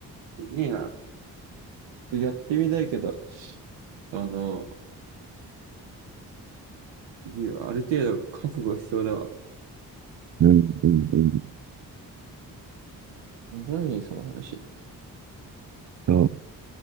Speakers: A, on the right; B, on the right.
A: いいな。やってみたいけど、あの、すわある程度覚悟しそうだわ。
B: うんうんうん
A: 面白いねその話。
B: そ